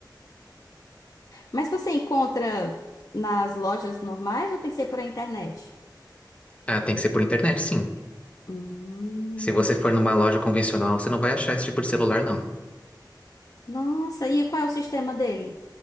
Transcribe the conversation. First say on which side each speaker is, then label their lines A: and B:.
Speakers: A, on the left (about 50°); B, on the left (about 15°).
A: Mas você encontra nas lojas normais ou tem que ser por a internet?
B: Ah, tem que ser por internet, sim.
A: Hum.
B: Se você for numa loja convencional, você não vai achar esse tipo de celular, não.
A: Nossa, e qual é o sistema dele?